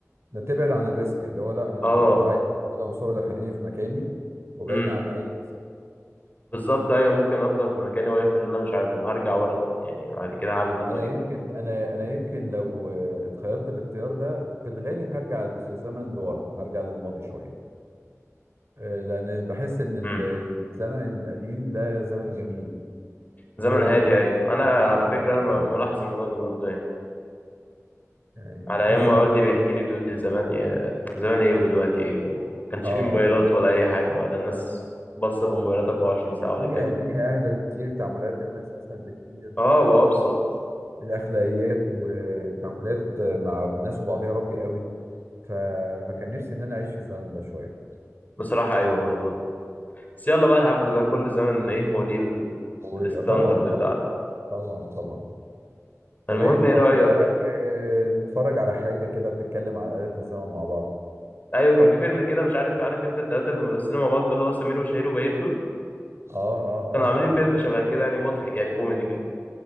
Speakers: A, on the right; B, on the left.
A: ده تبعد عن الريسك اللي هو لا انا
B: اه
A: لا عايز الماضي ولا المستقبل خليني في مكاني وبعدني
B: امم
A: عن اي ريسك
B: بالظبط ايوه ممكن افضل في مكاني واقف ان انا مش عارف طب هرجع ورا طب يعني بعد كده هعمل ايه طيب
A: انا يمكن انا انا يمكن لو آه، اتخيرت الاختيار ده في الغالب هرجع في الزمن لورا هرجع للماضي شويه آه، لان بحس ان ال-
B: امم
A: الزمن القديم ده زمن جميل
B: زمن
A: هادي
B: هادي ايوه انا
A: اه
B: على فكره
A: اه
B: انا
A: اه
B: ملاحظ الموضوع ده برضه يعني
A: يعني
B: على
A: بحس
B: ايام ما
A: ان
B: والدي بيحكي لي بيقول لي زمان يا زمان ايه ودلوقتي ايه وما كانش
A: اه
B: في موبايلات
A: بالظبط.
B: ولا اي حاجه ولا الناس بص في موبايلات 24 ساعه
A: الدنيا
B: ولا الكلام
A: الدنيا
B: ده
A: اهدى بكتير تعاملات الناس اسهل بكتير
B: اه
A: آه،
B: وابسط
A: الاخلاقيات وتعاملات آه، مع الناس وبعضها راقي قوي ف... فكان نفسي ان انا اعيش في الزمن ده شويه
B: بصراحه ايوه برضه بس يلا بقى الحمد لله كل زمن ايه هو ليه ال-
A: وطبعا
B: الستاندرد
A: طبعا
B: بتاعه
A: طبعا طبعا تمام
B: المهم ايه
A: طب
B: رأيك
A: ايه رأيك آه، نتفرج على حاجة كده بتتكلم على آلة الزمن مع بعض
B: ايوه كان في فيلم كده مش عارف عارف انت التلاتة اللي بيمثلوا مع بعض دول اللي هو سمير وشهير وبهير دول
A: اه اه
B: كانوا
A: اه
B: عاملين فيلم شبه كده يعني مضحك يعني كوميدي كده